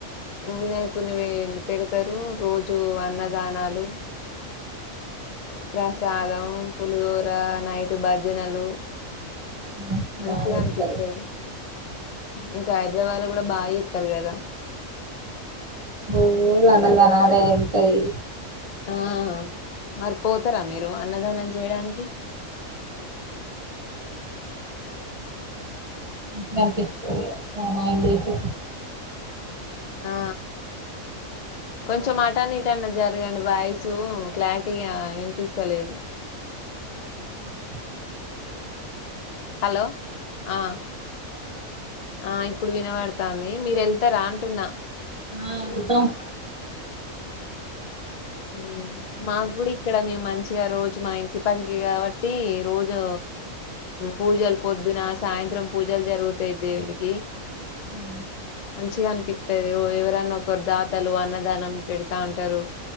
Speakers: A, on the left (about 60°); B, on the right (about 30°).
A: వినాయకుని ఇ పెడతరు. రోజు అన్నదానాలు. అ ప్రసాదం, పులిహోర, నైటు భజనలు.
B: చేత్తం
A: మంచిగ
B: బాగా చేత్తరు
A: అనిపిత్తది. ఇంక హైదరాబాద్ ల కూడ బా చెత్తరు కదా
B: ఉ అన్నదనాలే ఉంటయ్
A: ఆ మరి పోతరా మీరు అన్నదానం చేయడానికి?
B: ఉ కనిపిస్త ఆ నైన్ డేస్
A: ఆ కొంచెం అటన్న ఇటన్న జరగండి, వాయిసు క్లారిటీగా వినిపిస్తలేదు.
B: ఉ
A: హలో ఆ ఆ ఇ ఇపుడు వినబడతాంది. మీరు ఎళ్తారా అంటున్న?
B: ఆ ఎల్థమ్
A: ఉ మాగుడ ఇక్కడ మేం మంచ్ ఇగ రోజు మా ఇంటి పకికె కాబట్టి రోజు పూజలు పొద్దున, సాయంత్రం పూజలు జరుగుతాయి దేవునికి.
B: ఉమ్
A: మంచిగా అనిపితది. ఎరో ఎవరన్న ఒకరు దాతలు అన్నదానం పెడతా ఉంటారు.